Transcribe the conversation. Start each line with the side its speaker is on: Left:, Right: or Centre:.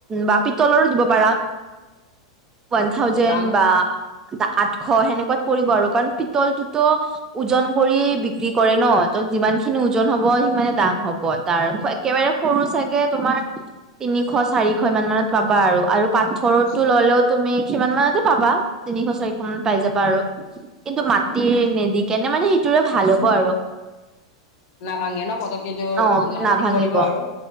Right: বা পিতলৰো দিব পাৰা। ৱান থাউজেণ্ড
Left: ত দাম
Right: বা দা আঠশ সেনেকুৱাত পৰিব আৰু কাৰণ পিতলটোত ওজন কৰি বিক্ৰী কৰে ন ত যিমান যিমানখিনি ওজন হব সিমানে দাম হ'ব তাৰ একেবাৰে সৰু চাগে তোমাৰ তিনি এশ, চাৰিশ ইমান মানত পাবা আৰু। আৰু পাথৰৰটো
Left: আচ্ছা
Right: ল'লেও তুমি সিমান মানতে পাবা তিনিশ, চাৰিশ মানত পাই যাবা আৰু কিন্তু মাটিৰ নেদি কেনে মানে সেইটোৰে ভাল হ'ব আৰু।
Left: নাভাংগে ন পতককেটো,
Right: অ
Left: লাষ্টিং
Right: নাভাঙিব
Left: কৰিব আৰু